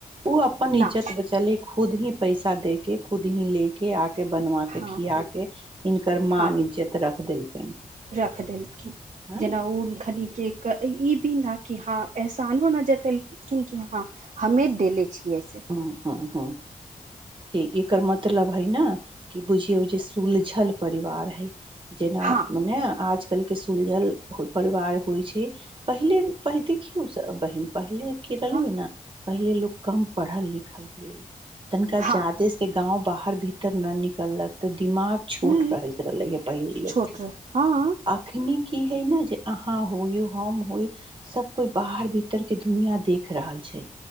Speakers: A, on the right (about 35°); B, on the right (about 50°).
A: ओ अपन
B: ना
A: इज्जत बचले खुद ही पैसा दे के खुद ही ले के आ के बनवा
B: हँ
A: के खिया के हिनकर माँ
B: हँ
A: इज्जत रख देलकनि
B: रख देलखिन
A: हँ
B: जेना ओन खनिके ई भी न कि ह एहसानो न जतेलखिन कि हँ हमे देले छियै से
A: हँ
B: <unintelligible>
A: हँ त एकर मतलब है न कि बुझियौ ओ जे सुलझल परिवार हैय जेना
B: हँ
A: मने आज आजकल के सुलझल परिवार होइ छै पहिले देखियौ बहिन पहिले रहलै
B: हँ
A: न पहिले लोक कम पढ़ल लिखल भेल तनिका
B: हँ
A: जादे से गाँव बाहर भीतर न निकललक तऽ दिमाग छोट
B: हँ
A: रहैत रहले ह पहिल लोकके
B: छोट रह हँ
A: अखनी की हे न जे अहाँ हो य हम होय सब कोइ बाहर भीतर के दुनिया देख रहल छै